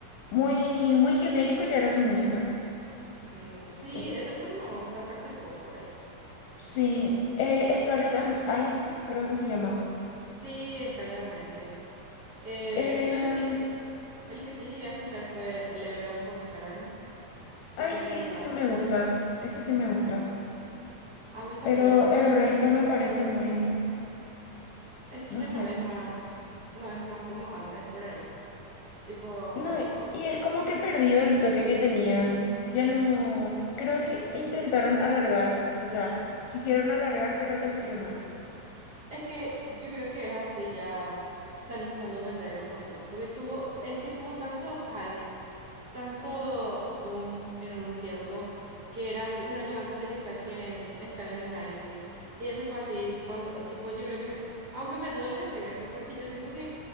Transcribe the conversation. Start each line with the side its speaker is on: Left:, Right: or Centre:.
Left: Muy, muy genérico ya era su música.
Right: Mm, sí,
Left: Y,
Right: eso es lo que no me gusta, parece pop por ahí.
Left: sí, eh, Scarlet, and Icy creo que se llama.
Right: Sí, Escalera Nice, sí. Eh,
Left: Eh,
Right: lo que sí, el que sí llegué a escuchar fue Level of Concern, porque
Left: ay, sí,
Right: me gustaba.
Left: ese sí me gusta, ese sí me gusta,
Right: Sí. A mí también,
Left: pero
Right: ese
Left: el
Right: también.
Left: resto me parece muy,
Right: Es
Left: no
Right: que ya
Left: sé.
Right: no es más, no es más como antes por ahí. Tipo,
Left: No, y es como que perdido el toque que tenían. Ya no, creo que intentaron alargar, o sea, quisieron alargar, pero les salió mal.
Right: es que yo creo que es así ya. Están intentando venderlo más ya. Porque tuvo, es que tuvo tanto hype, tanto boom en un tiempo, que era así un año antes de que saquen Skull and Icy. Y ese fue así, cuando, tipo, yo creo que, aunque me duele decir esto, porque yo siento que